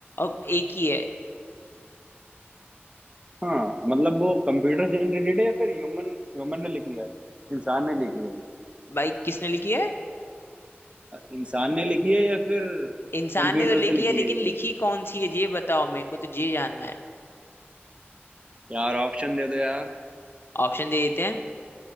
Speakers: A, on the left; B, on the right.
A: अब एक ही है
B: हाँ मतलब वो कंप्यूटर जनरेटेड है या फिर ह्यूमन ह्यूमन ने लिखी है इंसान ने लिखी है
A: भाई किसने लिखी है
B: इंसान ने लिखी है या फिर
A: इंसान
B: कंप्यूटर
A: ने तो लिखी
B: से लिखी
A: है लेकिन
B: गई है
A: लिखी कौन सी है ये बताओ मेरे को तो ये जानना है
B: यार ऑप्शन दे दो यार
A: ऑप्शन दे देते हैं